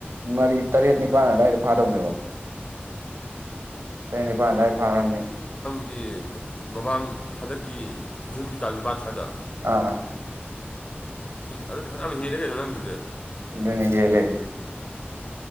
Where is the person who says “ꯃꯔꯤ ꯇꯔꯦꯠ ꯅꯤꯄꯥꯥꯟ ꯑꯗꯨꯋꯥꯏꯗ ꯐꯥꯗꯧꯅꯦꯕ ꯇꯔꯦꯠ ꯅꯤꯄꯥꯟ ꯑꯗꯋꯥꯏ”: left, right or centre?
Right